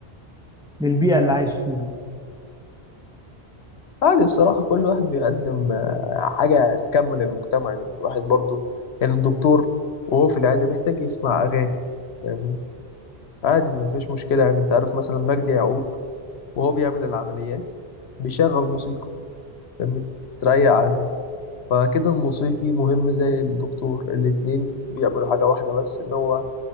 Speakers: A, in the centre; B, on the left.
A: للبيئة اللي عايش فيها
B: عادي بصراحة كل واحد بيقدم آه، حاجة تكمل المجتمع يعني الواحد برضو يعني الدكتور وهو في العيادة بيحتاج يسمع أغاني فاهمني عادي ما فيش مشكلة يعني أنت عارف مثلا مجدي يعقوب وهو بيعمل العمليات بيشغل موسيقى فاهمني بتريق على دماغه فكده الموسيقي مهم زي الدكتور الاتنين بيعملوا حاجة واحدة بس إن هو